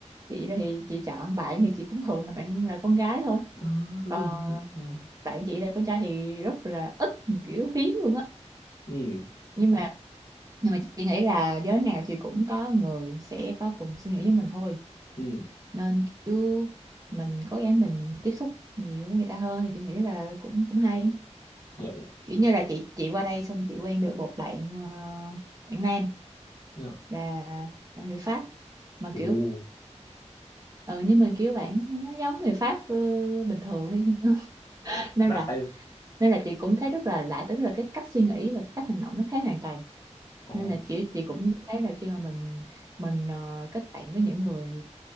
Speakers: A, on the right (about 30°); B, on the left (about 30°).
A: chị là thì chị chọn bạn thì chị cũng thường là bạn là con gái thôi
B: đó đúng
A: còn
B: rồi đúng rồi
A: bạn chị là con trai thì rất là ít kiểu hiếm luôn á
B: ừ
A: nhưng mà nhưng mà chị nghĩ là giới nào thì cũng có người sẽ có cùng suy nghĩ với mình thôi
B: ừ
A: nên kiểu mình cố gắng mình tiếp xúc nhiều với người ta hơn thì chị nghĩ là cũng cũng hay
B: dạ dạ ok
A: kiểu như là chị chị qua đây xong chị quen được một bạn ờ, bạn nam
B: dạ
A: là, là người Pháp mà
B: ồ
A: kiểu ừ nhưng mà kiểu bạn không có giống người Pháp ờ, bình thường ấy. <laughs> nên
B: lạ
A: là nên là chị cũng thấy rất là lạ tức là cái cách suy nghĩ và cái cách hành động nó khác hoàn toàn
B: Ồ,
A: nên là chị chị cũng thấy là khi mà mình mình ờ, kết bạn với những người